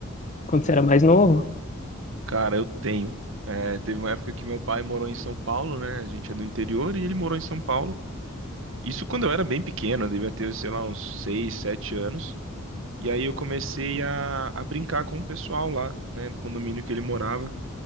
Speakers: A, on the left; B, on the right.
A: quando você era mais novo?
B: Cara, eu tenho. É, teve uma época que meu pai morou em São Paulo, né? A gente é do interior e ele morou em São Paulo. Isso quando eu era bem pequeno, eu devia ter, sei lá, uns 6, 7 anos. E aí eu comecei a, a brincar com o pessoal lá, né, do condomínio que ele morava.